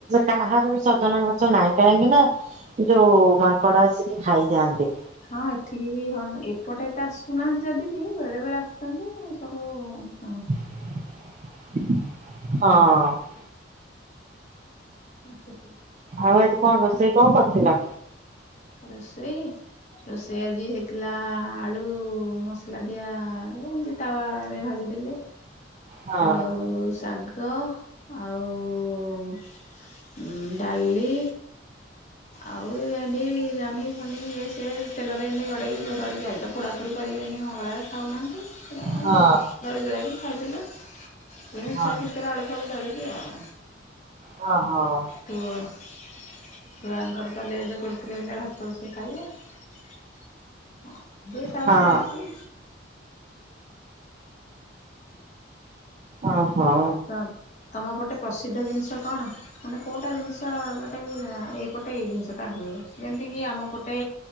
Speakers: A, on the right; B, on the left.
A: କାହାର ବି ସଜନା ଗଛ ନାହିଁ କାହିଁକି ନା ଯୋଉ ମାଙ୍କଡ ଆସିକି ଖାଇଯାଆନ୍ତି।
B: ହଁ ଏଠିକି ବି ହନ ଏପଟେ ଏତେ ଆସୁନାହାନ୍ତି ଯଦି ବି ବେଳେ ବେଳେ ଆସୁ ଛନ୍ତି ସବୁ ଆ
A: ହଁ।
B: ହଁ ସିକି
A: ଆଉ ଆଜି କଣ ରୋଷେଇ କଣ କରିଥିଲ?
B: ରୋଷେଇ ରୋଷେଇ ଆଜି ହେଇଥିଲା ଆଳୁ ମସଲା ଦିଆ ରେ ଏମତି ତାୱ ରେ ଭାଜିଥିଲି
A: ହଁ
B: ଆଉ ଶାଗ ଆଉ ଉଁ ଡାଲି ଆଉ ଏମ ତି ଜହ୍ନି ଫନି ଇଏ ସିଏ ତେଲରେ ଏମିତି ଗଡ଼େଇକି ଦଳିକି ଆଜି ତ ପୋଡ଼ାପୋଡ଼ି କରିବିନି ମଙ୍ଗଳାବାର। ଖାଉନାହାନ୍ତି ଛୁଆମାନେ
A: ହଁ
B: ଦଳି ଦୁଳାକି ଖାଇଦେଲୁ, ଏ ମିଚର୍
A: ହଁ
B: ଫିଚର ଆଳୁ ଫାଳୁ ଦଳିକି ଆଉ
A: ହଁ ହଁ।
B: ଛୁଅ ଛୁଆଙ୍କର ତାହେଲେ ଏ ଟ୍ରେନରେ ଭାତ ବସିକି ଖାଇବେ ଦେ ସବୁ
A: ହଁ ଓହୋ
B: ଚାଲିଚି
A: ଅଁ ହଁ।
B: ତ ତମ ପଟେ ପ୍ରସିଦ୍ଧ ଜିନିଷ କଣ, ମାନେ କୋଉଟା ଜିନିଷ ଯୋଉଟା କି ଏଇପଟ ସେଠି ଏଇ ଜିନିଷଟା ହୁଏ, ଯେମିତିକି ଆମ ପଟେ